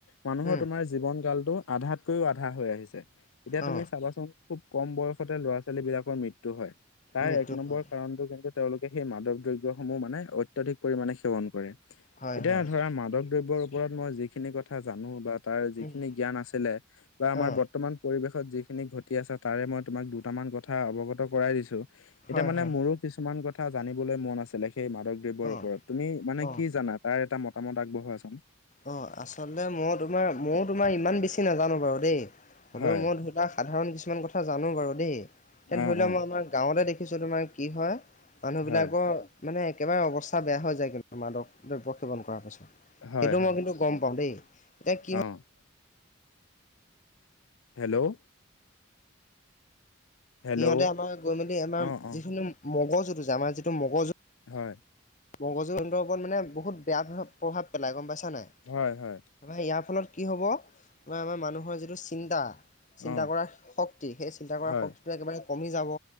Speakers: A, on the left; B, on the left.
A: মানুহৰ
B: উম
A: তোমাৰ জীৱন কালটো আধাতকৈও আধা হৈ আহিছে এতিয়া
B: অ
A: তুমি চাবাচোন খুব কম বয়সতে ল'ৰা ছোৱালী বিলাকৰ মৃত্যু হয় তাৰ
B: মৃত্যু
A: এক নম্বৰ
B: হয়
A: কাৰণটো কিন্তু তেওঁলোকে সেই মাদক দ্ৰব্যসমূহ মানে অত্যাধিক পৰিমাণে সেৱন কৰে এতিয়া
B: হয় হয়
A: ধৰা মাদক দ্ৰব্যৰ ওপৰত মই যিখিনি কথা জানো বা তাৰ যিখিনি
B: উম
A: জ্ঞান আছিলে বা আমাৰ
B: অ
A: বৰ্তমান পৰিৱেশত যিখিনি ঘটি আছে তাৰে মই তোমাক দুটামান কথা অৱগত কৰাই দিছো
B: হয়
A: এতিয়া মানে
B: হয়
A: মোৰো কিছুমান কথা জানিবলৈ মন আছিলে সেই মাদক ৰ
B: অ
A: ওপৰত তুমি মানে
B: অ
A: কি জানা তাৰ এটা মতামত আগবঢ়োৱা চোন
B: অ আচলতে মই তোমাৰ ময়ো তোমাৰ ইমান বেছি নাজানো বাৰু দেই হলেও
A: হয়
B: মই ধৰিলোৱা সাধাৰণ কিছুমান কথা জানো বাৰু দেই তে
A: অ',
B: ধৰি
A: অ',
B: লোৱা মই আমাৰ গাঁৱতে দেখিছো তোমাৰ কি হয় মানুহবিলাকৰ
A: হয়,
B: মানে একেবাৰে অৱস্থা বেয়া হৈ যায় কিন্তু মাদক দ্ৰব্য সেৱন কৰাৰ পাছত
A: হয়,
B: সেইটো
A: হয়,
B: মই কিন্তু গম পাওঁ দেই এতিয়া কি হয়
A: অ', হেল্ল' হেল্ল',
B: সিহঁতে আমাৰ গৈ মেলি আমাৰ
A: অ', অ',
B: যিখিনি মগজুতু যে আমাৰ যিটো মগজু
A: হয়
B: মগজুৰ লগত মানে বহুত বেয়া প্ৰভাৱ পেলাই গম পাইছা নাই
A: হয় হয়
B: মানে ইয়াৰ ফলত কি হ'ব আমাৰ মানুহৰ যিটো চিন্তা চিন্তা
A: অ',
B: কৰাৰ শক্তি সেই চিন্তা কৰাৰ
A: হয়,
B: শক্তিটোৱে একেবাৰে কমি যাব